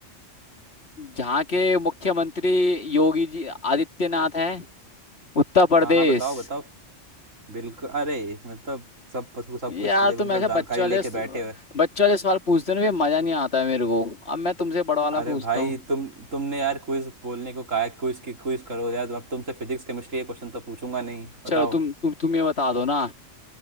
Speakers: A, on the left; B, on the right.
A: जहाँ के मुख्यमंत्री योगी जी आदित्यनाथ हैं उत्तर प्रदेश
B: हाँ हाँ बताओ बताओ बिल्कुल अरे मतलब सब सब
A: यार
B: कुछ ले मतलब
A: तुम ऐसे
B: जानकारी
A: बच्चे वाले
B: लेके बैठे हो
A: बच्चे वाले सवाल पूछते हो ना ये मजा नहीं आता है मेरे को अब मैं तुमसे बड़ा वाला
B: अरे
A: पूछता
B: भाई
A: हूँ
B: तुम तुमने यार क्विज बोलने को कहा है क्विज की क्विज करो यार अब तुमसे फिजिक्स केमिस्ट्री के क्वेश्चन तो पूछूंगा नहीं बताओ
A: चलो तुम तुम तुम ये बता दो ना